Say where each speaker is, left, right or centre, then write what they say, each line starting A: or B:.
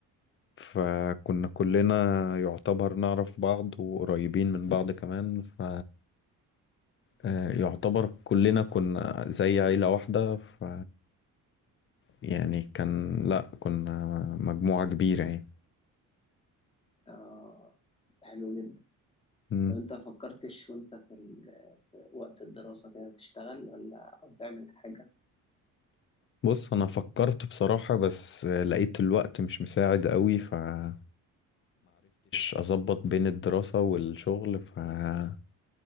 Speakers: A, on the left; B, on the left.
A: فكنا كلنا يعتبر نعرف بعض وقريبين من بعض كمان ف آه، يعتبر كلنا كنا زي عيلة واحدة ف يعني كان لا كنا مجموعة كبيرة
B: آه حلو جدا
A: يعني
B: طب انت فكرتش وانت في, ال... في وقت الدراسة كده تشتغل ولا أو تعمل حاجة
A: بص انا فكرت بصراحة بس لقيت الوقت مش مساعد قوي فمعرفتش اظبط بين الدراسة والشغل فما